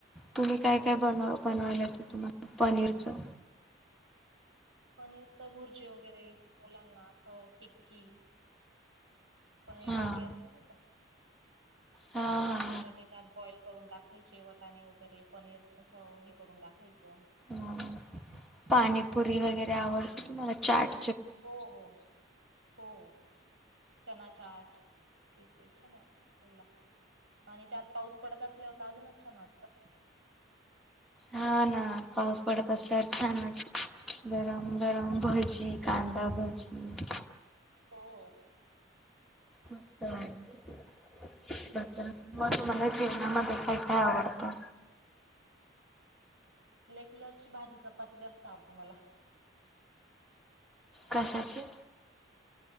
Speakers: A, in the centre; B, on the right.
A: तुम्ही काय
B: हो
A: काय
B: ना.
A: बनव बनवायला येत तुम्हाला पनीरचं
B: पनीर च भुर्जी वगैरे मुलांना असं टिक्की पनीर
A: हां
B: टिक्के असते नाय का?
A: हां हां
B: बटाटे त्याात बॉईल करून टाकायचे वटाणे वगैरे पनीर अस हे करून टाकायचं.
A: हां. पाणीपुरी वगैरे आवडते तुम्हाला चाट
B: हो हो हो चना चॅट हे ते छान वाटतं ह्यानला. आणि त्यात पाऊस पडत असल्यावंर तर अजूनच छान वाटतं.
A: हां ना, पाऊस पडत असल्यावर छानच गरम गरम भजी
B: हो
A: कांदा लावायची
B: हो
A: मस्त <unintelligible> जेवणामध्ये काय काय आवडतं.
B: रेग्युलरची भाजी चपाती जास्त आवडते मला.
A: कशाचे